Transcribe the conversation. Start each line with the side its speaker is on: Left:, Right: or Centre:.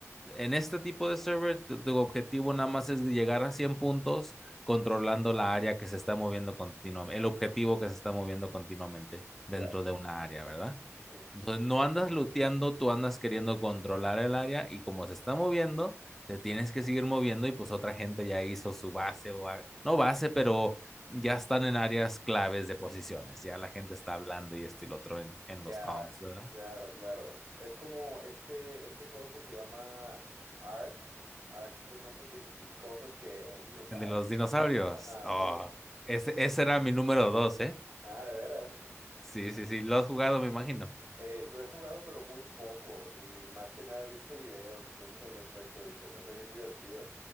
Centre: en este tipo de server, tu, tu objetivo nada más es llegar a 100 puntos controlando la área que se está moviendo continuamente, el objetivo que se está moviendo continuamente
Right: Ya,
Centre: dentro de una área, ¿verdad?
Right: ujú,
Centre: Entonces no andas looteando, tú andas queriendo controlar el área y como se está moviendo, te tienes que seguir moviendo y pues otra gente ya hizo su base o a- no base, pero ya están en áreas claves de posiciones, ya la gente está hablando y esto y lo otro en, en
Right: Ya,
Centre: los comms, ¿verdad?
Right: claro, claro. Es como este, este juego que se llama Ark, Ark de no sé qué ch- cosas que hay dinosaurios.
Centre: El de los dinosaurios.
Right: Ajá,
Centre: Oh,
Right: sí.
Centre: ese, ese era mi número dos, ¿eh?
Right: Ah, de veras.
Centre: Sí, sí, sí, lo has jugado, me imagino.
Right: Eh, lo he jugado, pero muy poco y más que nada he visto videos y cosas al respecto y se me hace bien divertido.